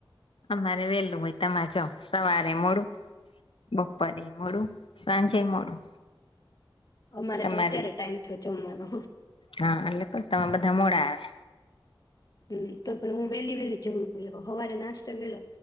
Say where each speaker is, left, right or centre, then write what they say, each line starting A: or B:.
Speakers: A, on the left (about 80°); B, on the left (about 45°).
A: અમારે વેલું હોય તમારે જમ સવારે મોડું, બપોરેય મોડું, સાંજેય મોડું.
B: અમારે
A: તમારે
B: તો અત્યારે ટાઈમ થયો જમવાનો.
A: હા એટલે તમે બધા મોડા આવે.
B: હમ્મ, તો પણ હું વહેલી વેલી-વેલી જમી લઉ હવારે નાસ્તો વેલો